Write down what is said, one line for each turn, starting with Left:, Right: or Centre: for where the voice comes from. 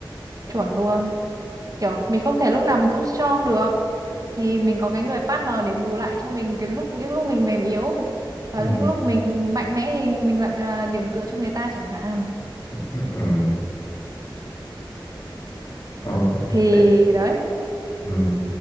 Right: chuẩn luôn kiểu mình không thể lúc nào mình cũng strong được thì mình có cái người partner để bù lại cho mình cái lúc những lúc mình mềm yếu và
Left: Ừ.
Right: những lúc mình mạnh mẽ thì mình lại là điểm tựa cho người ta chẳng hạn
Left: ừ ồ
Right: Đ- thì
Left: Ê,
Right: đấy
Left: ừ.